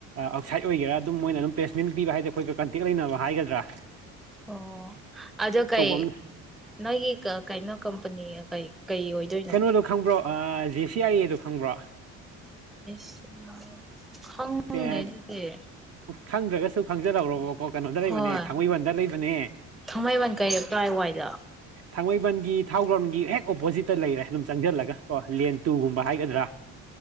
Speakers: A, on the right; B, in the centre.
A: ꯑꯥꯎꯠꯁꯥꯏꯠ ꯑꯣꯏꯒꯦꯔꯥ ꯑꯗꯨꯝ ꯃꯣꯏꯅ ꯑꯗꯨꯝ ꯄ꯭ꯂꯦꯁꯃꯦꯟ ꯄꯤꯕ ꯍꯥꯏꯗꯤ ꯑꯩꯈꯣꯏꯒ ꯀꯟꯇꯦꯛ ꯂꯩꯅꯕ ꯍꯥꯏꯒꯗ꯭ꯔꯥ ꯀ꯭ꯔꯥ
B: ꯑꯣ ꯑꯗꯨꯗꯣ ꯀꯩ
A: ꯑꯃ
B: ꯅꯣꯏꯒꯤ ꯀꯩꯅꯩꯅꯣ ꯀꯝꯄꯅꯤ ꯀꯩ ꯑꯣꯏꯗꯣꯏꯅꯣ
A: ꯀꯩꯅꯣꯗꯣ ꯈꯪꯕ꯭ꯔꯣ ꯑ ꯦ ꯁꯤ ꯑꯔꯤꯗꯣ ꯈꯪꯕ꯭ꯔꯣ
B: ꯁꯤ ꯈꯪꯃꯦ
A: ꯑꯣ
B: ꯑꯗꯨꯗꯤ
A: ꯈꯪꯗ꯭ꯔꯒꯁꯨ ꯈꯪꯖꯔꯧꯣꯕꯣ ꯀꯣ ꯀꯩꯅꯣꯗ ꯂꯩꯕꯅꯦ
B: ꯍꯣꯏ
A: ꯊꯥꯡꯃꯩꯕꯟꯗ ꯂꯩꯕꯅꯦ
B: ꯊꯥꯡꯃꯩꯕꯟ ꯀꯩ ꯀꯥꯏꯋꯥꯏꯗ
A: ꯊꯥꯡꯃꯩꯕꯟꯒꯤ ꯊꯥꯎ ꯒ꯭ꯔꯥꯎꯟꯒꯤ ꯍꯦꯛ ꯑꯣꯄꯣꯖꯤꯠꯇ ꯂꯩꯔꯦ ꯑꯗꯨꯝ ꯆꯪꯁꯤꯜꯂꯒ ꯀꯣ ꯂꯦꯟ ꯇꯨꯒꯨꯝꯕ ꯍꯥꯏꯒꯗ꯭ꯔꯥ